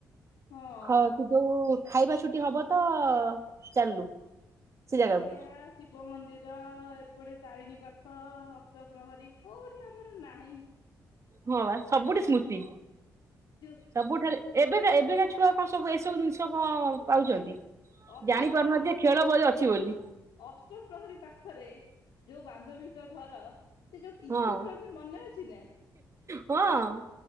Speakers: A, on the left; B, on the right.
A: ହଁ
B: <unintelligible> ଯୋଉ ଖାଇବା ଛୁଟି ହବ ତ ଚାଲିଲୁ। ସେ
A: ପଡିଆ,
B: ଜାଗାକୁ
A: ଶିବ ମନ୍ଦିର ଆ ଗୋଟେ ତାରିଣୀ ପାଖ ଅଷ୍ଟପ୍ରହରୀ କୋଉଠି ଆମର ନାହିଁ?
B: ହଁ ବା ସବୁଠି ସ୍ମୃତି।
A: ଯୋଉ
B: ସବୁଠାରୁ ଏବେ କା ଏବେ ଏବେକା ଛୁଆ କଣ ସବୁ ଏସବୁ ଜିନିଷ କଣ ପାଉଛନ୍ତି?
A: ଅଷ୍ଟପ୍ରହରୀ
B: ଜାଣି ପାରୁନାହାନ୍ତି ଖେଳ ଭଳି ଅ ଅଛି ବୋଲି?
A: ଅଷ୍ଟପ୍ରହରୀ ପାଖରେ ଯୋଉ ବାନ୍ଧବୀଙ୍କ ଘର? ସେ ଯୋଉ ଟିଚୁ
B: ହଁ
A: ଖେଳନ୍ତି ମନେ ଅଛି ନା?
B: ହଁ